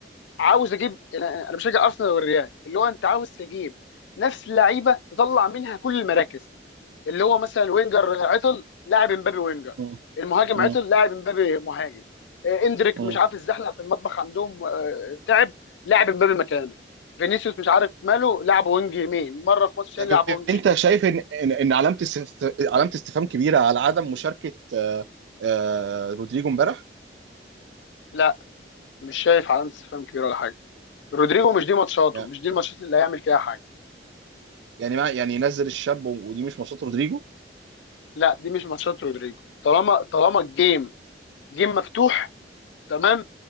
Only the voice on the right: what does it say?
مم.
مم.
مم.
طب
انت
شايف ان ان إن علامه استف... علامه استفهام كبيره على عدم مشاركه آه، آه، رودريجو امبارح
لا.
يعني ما يعني ينزل الشاب و- ودي مش ماتشات رودريجو